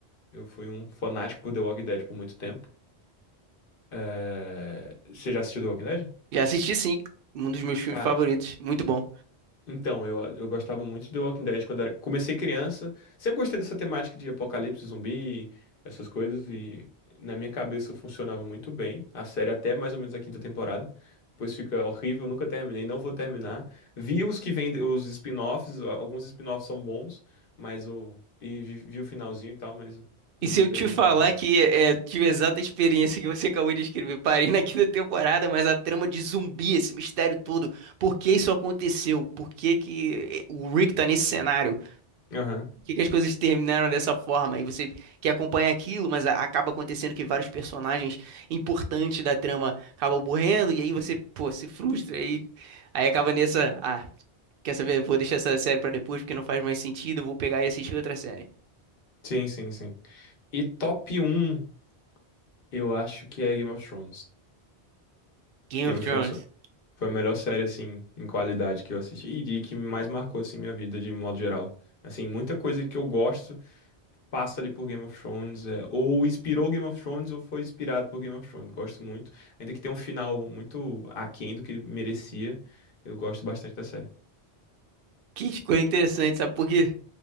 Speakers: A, on the left; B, on the right.
A: Eu fui um fanático por The Walking Dead por muito tempo. É, Você já assistiu The Walking Dead?
B: Já assisti sim. Um dos meus filmes
A: Cara,
B: favoritos. Muito bom.
A: então, eu, eu gostava muito de The Walking Dead quando era... comecei criança. Sempre gostei dessa temática de apocalipse zumbi, essas coisas, e na minha cabeça funcionava muito bem. A série até mais ou menos a quinta temporada. Depois fica horrível, nunca terminei, não vou terminar. Vi os que vêm, de- os spin-offs, a- alguns spin-offs são bons, mas o. E vi, vi o finalzinho e tal, mas não
B: E se
A: me
B: eu
A: pegou
B: te falar
A: muito, não.
B: que é, é, tive a exata experiência que você acabou de escrever, parei na <laughs> quinta temporada, mas a trama de zumbi, esse mistério todo, por que isso aconteceu? Por que que eh, o Rick tá nesse cenário?
A: Aham.
B: Por que que as coisas terminaram dessa forma? E você que acompanha aquilo, mas a- acaba acontecendo que vários personagens importantes da trama acabam morrendo, e aí você, pô, se frustra, aí, aí acaba nessa, ah, quer saber? Vou deixar essa série pra depois porque não faz mais sentido, eu vou pegar e assistir outra série.
A: Sim, sim, sim. E top um eu acho que é Game of Thrones.
B: Game
A: Game
B: of Thrones.
A: of Thrones foi a melhor série, assim, em qualidade que eu assisti e e que mais marcou, assim, minha vida de modo geral. Assim, muita coisa que eu gosto passa ali por Game of Thrones, é, ou inspirou Game of Thrones ou foi inspirado por Game of Thrones. Gosto muito. Ainda que tenha um final muito aquém do que ele merecia, eu gosto bastante da série.
B: Que escolha interessante, sabe por quê?